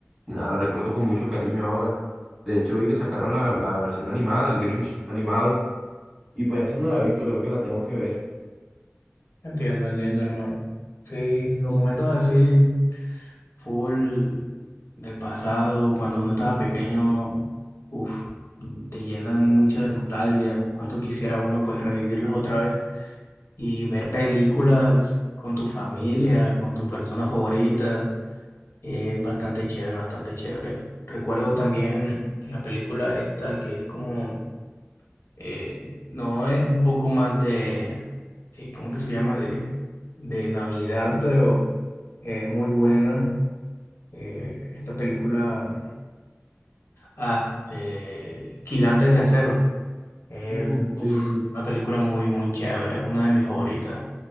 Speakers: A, in the centre; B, on the left.
A: y nada, la recuerdo con mucho cariño ahora. De hecho vi que sacaron la, la versión animada, el Grinch animado. Y pues esa no la he visto, creo que la tengo que ver.
B: Entiendo, entiendo, hermano. Sí, los momentos así, full del pasado, cuando uno estaba pequeño, uff, te llenan mucha de nostalgia. Cuánto quisiera uno pues revivirlos otra vez y ver películas con tu familia, con tus personas favoritas, es bastante chévere, bastante chévere. Recuerdo también la película esta que es como eh, no es un poco más de, eh, ¿cómo que se llama? De, de Navidad, pero es muy buena. eh, esta película, ah, eh, Gigantes de Acero. Es
A: Mm,
B: uf,
A: sí, sí.
B: una película muy, muy chévere, una de mis favoritas.